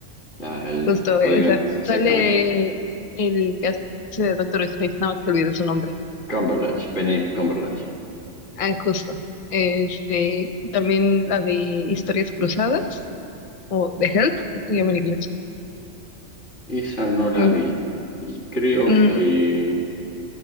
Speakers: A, on the left; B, on the left.
A: la- el
B: justo
A: código
B: esa.
A: nazi, exactamente.
B: Sale el que hace de Doctor Strange, nada más que olvidé su nombre.
A: Cumberbatch, Benedict Cumberbatch.
B: Ah, justo. Este, también la de Historias Cruzadas, o The Help, creo que se llama en inglés.
A: Esa no la
B: Mm,
A: vi. Y creo
B: Mm,
A: que,